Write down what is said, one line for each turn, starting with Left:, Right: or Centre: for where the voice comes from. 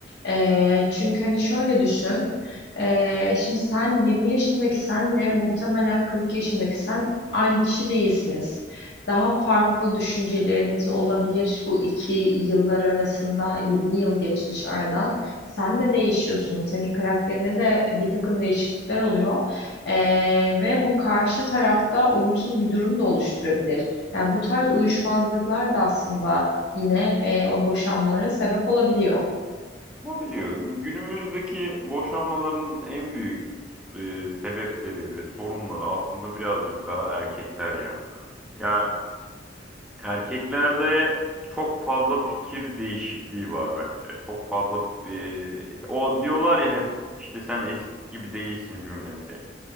Left: Ee, çünkü hani şöyle düşün ee, şimdi sen 20 yaşındaki senle muhtemelen 40 yaşındaki sen aynı kişi değilsiniz. Daha farklı düşünceleriniz olabilir bu iki yıllar arasında 20 yıl geçmiş aradan. Sen de değişiyorsun. Senin karakterinde de bir takım değişiklikler oluyor. Ee, ve bu karşı tarafta olumsuz bir durum da oluşturabilir. Yani bu tarz uyuşmazlıklar da aslında yine e, o boşanmalara sebep olabiliyor.
Centre: Olabiliyor. Gü- Günümüzdeki boşanmaların en büyük e, sebepleri ve sorunları aslında birazcık daha erkekler ya. Ya erkeklerde çok fazla fikir değişikliği var bence. Çok fazla e, o diyorlar ya hep işte sen eskisi gibi değilsin cümlesi.